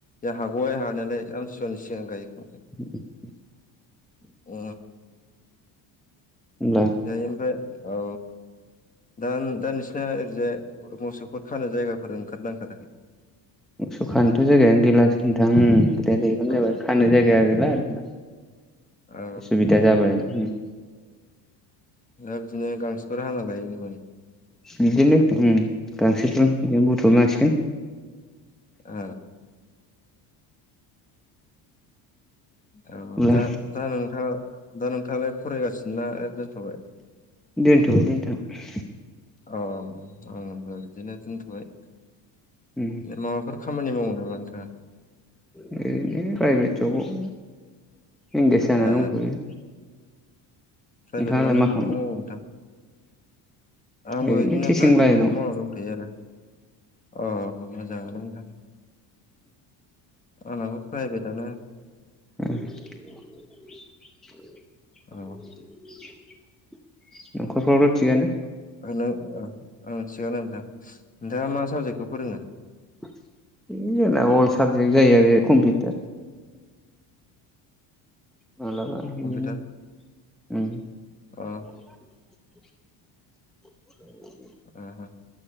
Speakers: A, on the left; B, in the centre.
A: जों हागबाय हानायालाय आमसुवानि सिगां गायखांनाय।
B: <unintelligible>
A: अ।
B: होनब्ला
A: जायो ओमफ्राय औ दा दा नोंसिना ओरैजाय मोसौफोर खानो जायगाफोर ओंखारदों ना ओँखाराखै?
B: मोसौ खानोथ' जायगायानो गौलासो नोंथां दैलां
A: औ
B: जाबाय खानो जायगाया गैला आरो ना
A: औ
B: उसुबिदा जाबाय उम।
A: दा बिदिनो गांसोफोर हाला बायो ना मायो?
B: बिदिनो उम गांसोफोर बिदिनो बुथुमनांसिगोन।
A: आ। औ औ
B: अब्ला
A: दा दा नोंथाङा दा नोंथाङालाय फरायगासिनो ना दोनथ'बाय?
B: दोनथ'बाय दै नोंथां।
A: औ औ आंबो बिदिनो दोनथ'बाय।
B: उम।
A: माबाफोर खामानि मावो नामा नोंथाङा?
B: ओरैनो प्राइभेट जबाव इंगेेज जाना
A: ए
B: दंथ'यो।
A: प्राइभेट
B: नोंथाङालाय
A: मा जबखौ
B: खालामो
A: मावो नोंथां? आंबो
B: ओरैनो
A: बिदिनो
B: टिचिं
A: प्राइभेट
B: लाइनाव
A: जबाव मावना दंथ'यो आरो। अ' मोजाङानो नोंथां आंनाबो प्राइभेटआनो।
B: <inaudible>
A: औ
B: न'खरफ्रावथ' थिगआनो?
A: <unintelligible> ओ आंना थिगानो नोंथां नोंथाङा मा साबजेक्टखौ फोरोङो?
B: <unintelligible> आंना अल साबजेक्ट जायो आरो कम्पिउटार। मालाबा बिदिनो
A: कम्पिउटार
B: उम।
A: अ'।
B: <inaudible>
A: ओ हो